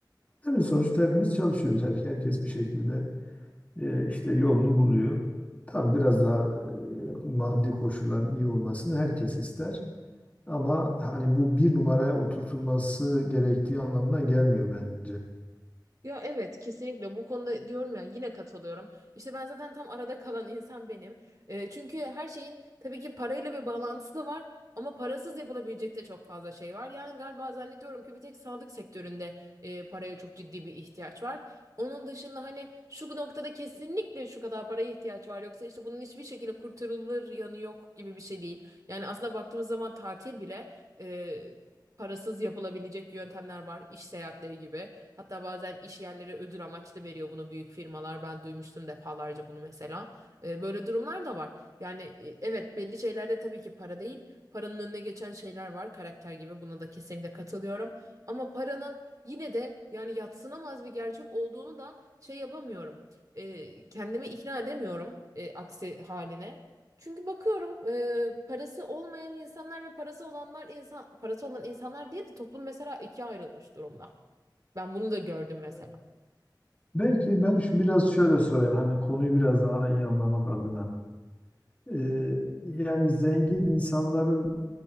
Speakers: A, on the left; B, on the right.
A: Değil mi? Sonuçta hepimiz çalışıyoruz. Her, herkes bir şekilde e, işte yolunu buluyor. Tabii biraz daha e, maddi koşulların iyi olmasını herkes ister. Ama hani bu bir numaraya oturtulması gerektiği anlamına gelmiyor bence.
B: Ya evet kesinlikle bu konuda diyorum ya yine katılıyorum. İşte ben zaten tam arada kalan insan benim. E, çünkü her şeyin tabii ki parayla bir bağlantısı da var ama parasız yapılabilecek de çok fazla şey var. Yani galiba zannediyorum ki bir tek sağlık sektöründe e, paraya çok ciddi bir ihtiyaç var. Onun dışında hani şu noktada kesinlikle şu kadar paraya ihtiyaç var yoksa işte bunun hiçbir şekilde kurtarılır yanı yok gibi bir şey değil. Yani aslında baktığımız zaman tatil bile e, parasız yapılabilecek yöntemler var iş seyahatleri gibi. Hatta bazen iş yerleri ödül amaçlı veriyor bunu büyük firmalar. Ben duymuştum defalarca bunu mesela. E, böyle durumlar da var. Yani e, evet belli şeylerde tabii ki para değil. Paranın önüne geçen şeyler var karakter gibi. Buna da kesinlikle katılıyorum. Ama paranın yine de yani yadsınamaz bir gerçek olduğunu da şey yapamıyorum. E, kendimi ikna edemiyorum e, aksi haline. Çünkü bakıyorum e, parası olmayan insanlar ve parası olanlar insan parası olan insanlar diye de toplum mesela ikiye ayrılmış durumda. Ben bunu da gördüm mesela.
A: Evet. Belki ben şu- biraz şöyle sorayım. Hani konuyu biraz daha iyi anlamak adına. Eee, yani zengin insanların